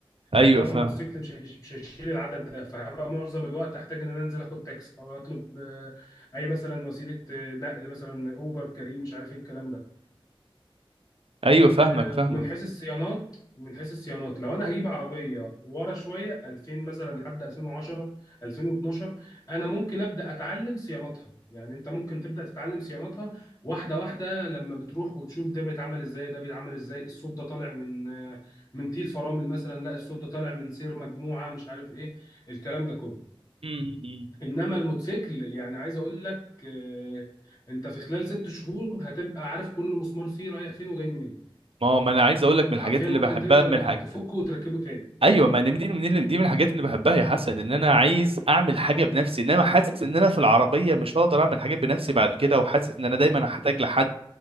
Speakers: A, on the right; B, on the left.
A: ايوه
B: لان طبعا
A: فاهم
B: الموتوسيكل مش هيش- مش هيشيل العدد ده فهبقى معظم الوقت هحتاج ان انا انزل اخد تاكس او اطلب آه، اي مثلا وسيله آه، نقل مثلا اوبر كريم مش عارف ايه الكلام ده
A: ايوه فاهمك
B: آه،
A: فاهمك
B: ومن حيث الصيانات من حيث الصيانات لو انا هجيب عربيه ورا شويه 2000 مثلا لحد 2010 2012 انا ممكن ابدا اتعلم صيانتها يعني انت ممكن تبدا تتعلم صيانتها واحده واحده لما بتروح وتشوف ده بيتعمل ازاي ده بيتعمل ازاي الصوت ده طالع من آه، من تير فرامل مثلا لا الصوت ده طالع من سير مجموعه مش عارف ايه الكلام ده كله
A: امم
B: انما الموتوسيكل يعني عايز اقول لك آه، انت في خلال ست شهور هتبقى عارف كل مسمار فيه رايح فين وجاي منين
A: ما هو- ما انا عايز اقول لك من
B: حرفيا
A: الحاجات اللي
B: ممكن
A: بحبها
B: تقدر
A: من
B: انك
A: الحاجات
B: تفكه وتركبه تاني
A: ايوه ما أنا دي من دي من الحاجات اللي بحبها يا حسن ان انا عايز اعمل حاجه بنفسي انما حاسس ان انا في العربيه مش هقدر اعمل حاجات بنفسي بعد كده وحاسس ان انا دايما هحتاج لحد